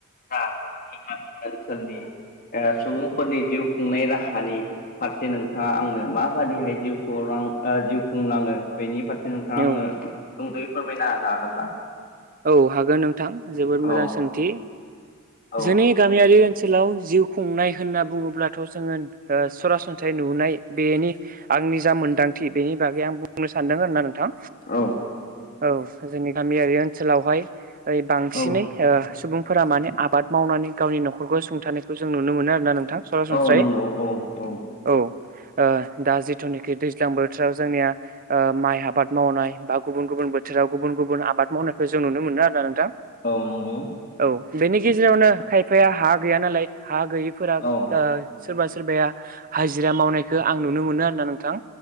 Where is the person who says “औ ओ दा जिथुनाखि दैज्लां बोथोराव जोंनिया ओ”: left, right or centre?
Right